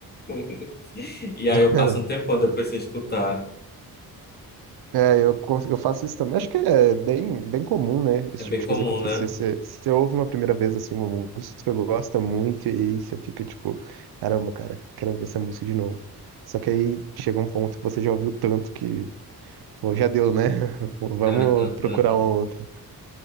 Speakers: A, on the left; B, on the right.
A: <laughs> E
B: <laughs>
A: aí eu passo um tempão depois sem escutar.
B: É, eu, con- eu faço isso também. Acho que é bem, bem comum, né? Esse
A: É bem
B: tipo de
A: comum,
B: coisa acontecer.
A: né?
B: Você você ouve uma primeira vez assim, uma música que gosta muito, e aí você fica tipo, caramba, cara, quero ouvir essa música de novo. Só que aí chega um ponto que você já ouviu tanto que, pô, já deu, né? <laughs> Vamos
A: <laughs>
B: procurar uma outra.